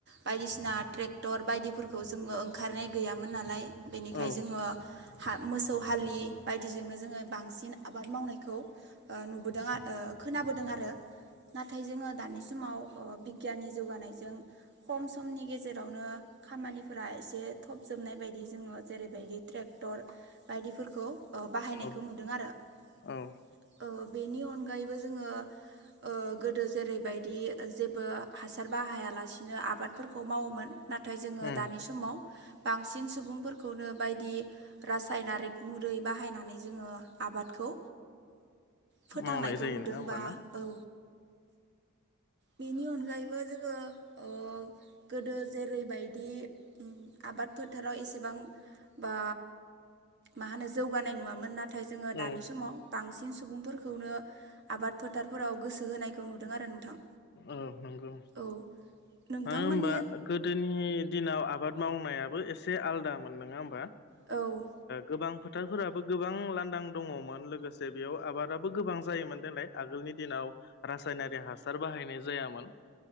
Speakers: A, on the right; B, on the left.
A: बायदिसिना ट्रेक्टर बायदिफोरखौ जोङो ओंखारनाय गैयामोन नालाय बेनिखाय
B: औ
A: जोङो हा मोसौ हालि बायदिजोंनो जोङो बांसिन आबाद मावनायखौ ओ नुबोदों खोनाबोदों आरो नाथाय जोङो दानि समाव बिगियाननि जौगानायजों खम समनि गेजेरावनो खामानिफोरा एसे एसे थब जोबनाय बायदि जोङो जेरैबायदि ट्रेक्टर बायदिफोरखौ बाहायनायखौ
B: औ
A: नुदों आरो
B: औ
A: बेनि अनगायैबो जोङो ओ गोदो जेरैबायदि जेबो हासार बाहायालासिनो आबादफोरखौ मावोमोन नाथाय जोङो
B: उम
A: दानि समाव बांसिन सुबुंफोरखौनो बायदि रासायनारिक मरै बाहायनानै जोङो आबादखौ फोथांनायखौ
B: मावनाय जायो
A: नुदोंबा
B: नङा होमबा ना
A: औ बेनि अनगायैबो जोङो ओ गोदो जेरैबायदि आबाद फोथाराव एसेबां बा मा होनो जौगानाय नुवामोन नाथाय जोङो
B: औ
A: दानि समाव। बांसिन सुबुंफोरखौनो आबाद फोथारफोराव गोसो होनायखौ नुदों आरो नोंथां।
B: औ नंगौ मानो
A: औ नोंथांमोननि
B: होनबा गोदोनि दिनाव आबाद मावनायाबो एसे आलादामोन नङा होमबा?
A: औ
B: गोबां फोथारफोराबो गोबां लांदां दङमोन लोगोसे बेयाव आबादाबो गोबां जायोमोन देग्लाय आगोलनि दिनाव रासायनारि हासार बाहायनाय जायामोन